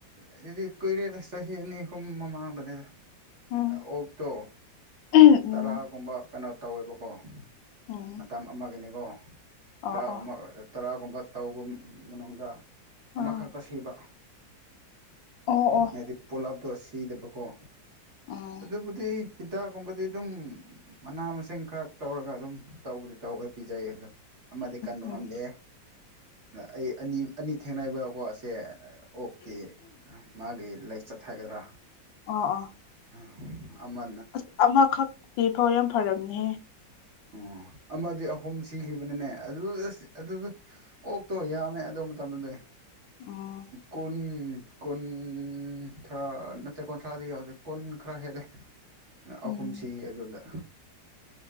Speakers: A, on the right (about 45°); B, on the left (about 85°).
A: ꯑꯗꯨꯗꯤ ꯀꯨꯢꯔꯦꯗ ꯆꯍꯤ ꯑꯅꯤ ꯍꯨꯝ ꯃꯃꯥꯡꯗꯅꯤꯗ
B: ꯎꯝ
A: ꯑꯣꯛꯇꯣ
B: ꯎꯝ
A: ꯇꯔꯥꯒꯨꯝꯕ ꯀꯩꯅꯣ ꯇꯧꯋꯦꯕꯀꯣ
B: ꯎꯝ
A: ꯃꯇꯝ ꯑꯃꯒꯅꯦꯀꯣ
B: ꯑꯣ
A: ꯇ꯭ꯔꯥ
B: ꯑꯣ
A: ꯑꯃ ꯇ꯭ꯔꯥꯒꯨꯝꯕ ꯇꯧꯕ ꯃꯅꯨꯡꯗ
B: ꯎꯝ
A: ꯑꯃꯈꯛꯇ ꯁꯤꯕ
B: ꯑꯣ ꯑꯣ
A: ꯍꯥꯏꯗꯤ ꯄꯨꯂꯞ ꯇꯣ ꯁꯤꯗꯕꯀꯣ
B: ꯎꯝ
A: ꯑꯗꯨꯕꯨꯗꯤ ꯍꯤꯗꯥꯛꯀꯨꯝꯕꯗꯤ ꯑꯗꯨꯝ ꯃꯅꯥ ꯃꯁꯤꯡ ꯈ꯭ꯔ ꯇꯧꯔꯒ ꯑꯗꯨꯝ ꯇꯧꯕꯨꯗꯤ ꯇꯧꯋꯦ ꯄꯤꯖꯩꯌꯦ ꯑꯗꯨꯝ ꯑꯃꯗꯤ ꯀꯟꯕ
B: ꯎꯝ
A: ꯉꯝꯗꯦ ꯑ ꯑꯩ ꯑꯅꯤ ꯑꯅꯤ ꯊꯦꯡꯅꯩꯕꯀꯣ ꯑꯁꯦ ꯑꯣꯛꯀꯤ ꯃꯥꯒꯤ ꯂꯩꯆꯠ ꯍꯥꯏꯒꯗ꯭ꯔꯥ
B: ꯑꯣ ꯑꯣ
A: <unintelligible> ꯑꯃ
B: ꯑꯁ ꯑꯃꯈꯛ ꯁꯤ ꯐꯥꯎ ꯌꯥꯝ ꯐꯔꯝꯅꯦꯍꯦ
A: ꯑꯣ ꯑꯃꯗꯤ ꯑꯍꯨꯝ ꯁꯤꯈꯤꯕꯅꯤꯅꯦ ꯑꯗꯨ <unintelligible> ꯑꯗꯨꯗ ꯑꯣꯛꯇꯣ ꯌꯥꯝꯃꯦ ꯑꯗꯨ ꯃꯇꯝꯗꯨꯗꯤ
B: ꯑꯣ
A: ꯀꯨꯟ ꯀꯨꯟꯊ꯭ꯔꯥ ꯅꯠꯇꯦ ꯀꯨꯟꯊ꯭ꯔꯥꯗꯤ ꯌꯥꯎꯗꯦ ꯀꯨꯟ ꯈ꯭ꯔ ꯍꯦꯜꯂꯦ
B: <inaudible> ꯎꯝ
A: ꯑꯍꯨꯝ ꯁꯤ ꯑꯗꯨꯗ